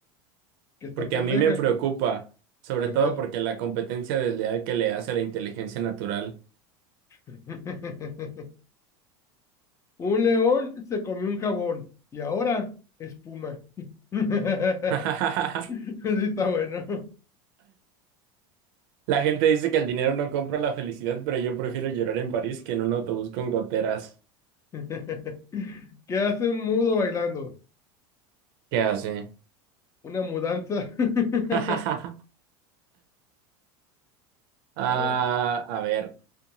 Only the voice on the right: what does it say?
Porque
a mí me preocupa, sobre
todo porque la competencia desleal que le hace a la inteligencia natural.
<laughs>
La gente dice que el dinero no compra la felicidad, pero yo prefiero llorar en París que en un autobús con goteras.
¿Qué hace?
<laughs> Ah,
a ver.